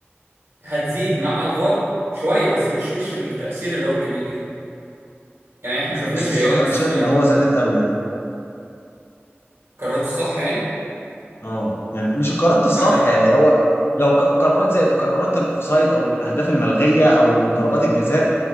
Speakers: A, on the right; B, on the left.
A: هتزيد مع الفار شويه بس مش مش التاثير اللي هو الكبير يعني احنا ما شفناش
B: بس الصراحة
A: هي
B: انا
A: الس-
B: شايف
A: يعني
B: ان هو زادت قوي يعني
A: قررت الصح يعني
B: اه يعني مش القرارات الصح
A: انا
B: يعني هو لو ق- قرارات زي قرارات الاوفسايد او الاهداف الملغيه او ضربات الجزاء